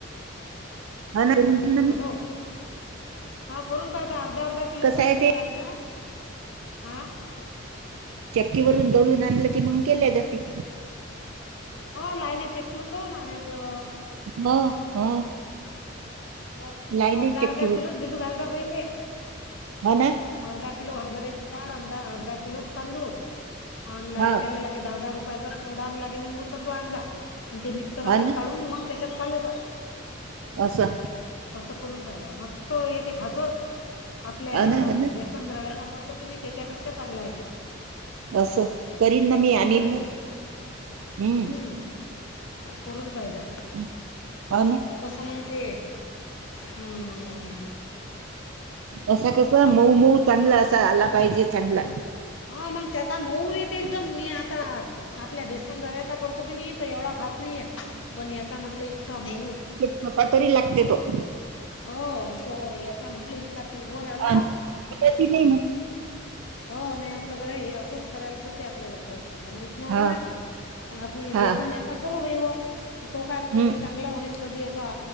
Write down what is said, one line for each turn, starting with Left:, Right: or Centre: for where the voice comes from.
Right: <unintelligible>
Left: हॅलो. हा करून पाह अर्धा, अर्धा किलोचंच
Right: कस आहे
Left: भिजू
Right: ते,
Left: घाल जा हा
Right: चक्की वरून दळून आणलं की, मग केले जाते.
Left: हो लाईन चक्की वरून दळून आनायचं.
Right: हो हो.
Left: अर्धा
Right: लाईनीत चक्कीवरून
Left: अर्धा किलोच, भिजू घालचा पहिले.
Right: म्हणा,
Left: अर्धा किलो हरभऱ्याची डाळ, अर्धा किलो तांदूळ आणि लागे
Right: ह
Left: त्याला लाल. दहा दहा रुपयाचा सोडा लागे निंबूचा तो आनजा, आणि ते मिक्सरातून
Right: ह ना
Left: काढून मग तेच्यात कलायचा.
Right: आसं.
Left: तसं करून पाहिले, मस्त इथे खासत आपल्या.
Right: हो ना, हो ना.
Left: संग्रहव्या वापरतो की नाही, तेच्यापेक्षा चांगला आहे ते.
Right: असं करीन ना
Left: एक
Right: मी,
Left: नंबर
Right: आणि
Left: येते
Right: ना हम्म.
Left: हम्म करून पायदा.
Right: <unintelligible>
Left: कस मंग ते, हम्म..
Right: असं कस मऊ मऊ चांगला असा, आला पाहिजे चांगल.
Left: हा मग त्याचा मऊ येते, एकदम मी आता. आपल्या भेसन रव्याचा करतो की नाही, तर एवढा खास नाहीये, पण याचा म्हटलं इतका मऊ.
Right: मग पातरी लागते तो,
Left: हो, तो इथला म्हटला प्युवर आला
Right: अन् फुलतही
Left: म्हट
Right: नाही मग.
Left: हो म्या आपलं गड हे असंच, करायला पुरते आपल्याला खरंच माहित. नव्हत
Right: हां,
Left: ना, आपण
Right: हां.
Left: बेसन या का करू वो, तो का
Right: हं,
Left: कधी चांगला होईल. कधी असा